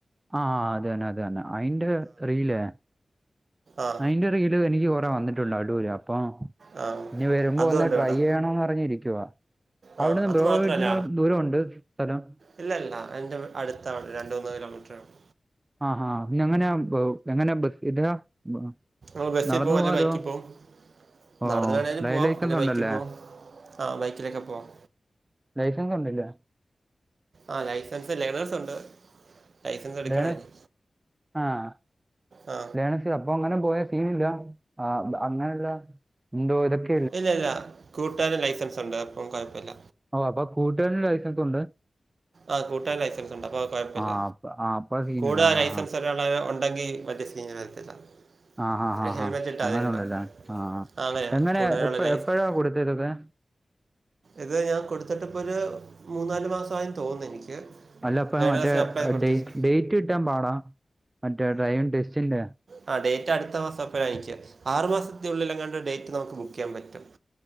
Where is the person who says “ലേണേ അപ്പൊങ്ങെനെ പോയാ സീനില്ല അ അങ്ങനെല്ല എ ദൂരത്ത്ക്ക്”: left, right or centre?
Right